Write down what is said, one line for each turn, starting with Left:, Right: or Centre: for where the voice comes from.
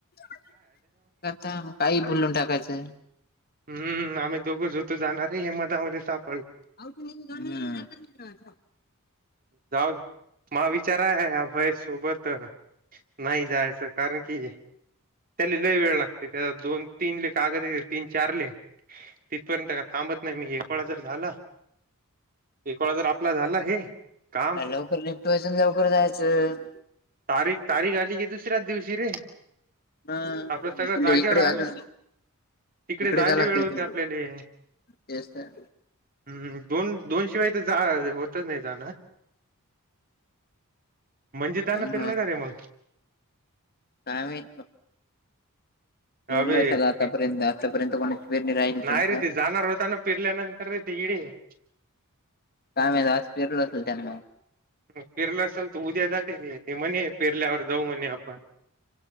Left: <unintelligible> आता काही बोलून टाकायचं.
Right: हम्म, आम्ही दोघं ज होत जाणारय हे मधामध्ये साप
Left: <unintelligible>
Right: जाऊ दे. म विचाराय अभय सोबत नाही जायाचं. कारण की, त्याला लय वेळ लागते, त्या दोन -तीन ले कागद येत तीन चारले तपर्यंत का थांबत नाही मी. एक वळा जर झाला, एक वळा जर आपला झाला हे. काम
Left: लवकर निपटवायच, न लवकर जायचं.
Right: तारीख तारीख आली की, दुसऱ्याच दिवशी रे.
Left: ह
Right: आपलं
Left: म्हणजे
Right: सगळं जागेवर
Left: इकडे
Right: आहे
Left: अजून
Right: ना तिकडे
Left: इकडे
Right: जायला
Left: जालागत
Right: वेळ होते
Left: ते.
Right: आपल्याले
Left: तेच तर.
Right: हम्म दोन -दोनशिवाय तर जा होतच नाही जाणं. म्हणजे
Left: चांगलं
Right: त्यान फिरला
Left: आहे
Right: का रे मग? -
Left: काय माहित पेरलं
Right: अ बे
Left: असेल
Right: ती,
Left: आतापर्यंत आतापर्यंत कोणाची पेरणी राहिली
Right: नाही रे
Left: का
Right: ते जाणार होता ना, फिरल्यानंतर रे ती. <unintelligible>
Left: काय माहीत, आज पेरल असेल त्यान.
Right: पेरलं असेल तर उद्या जाते रे, म्हणे पिरल्यावर जाऊ म्हणे आपण.